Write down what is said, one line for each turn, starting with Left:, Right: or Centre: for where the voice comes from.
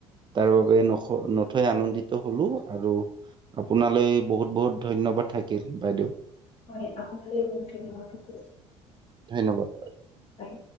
Right: তাৰ
Left: হয়
Right: বাবে ন থৈ আনন্দিত হলো আৰু আপোনালৈ বহুত বহুত ধন্যবাদ থাকিল বাইদেউ।
Left: মান আপোনালৈ ব এই ম <inaudible>
Right: ধন্যবাদ।
Left: অঁ।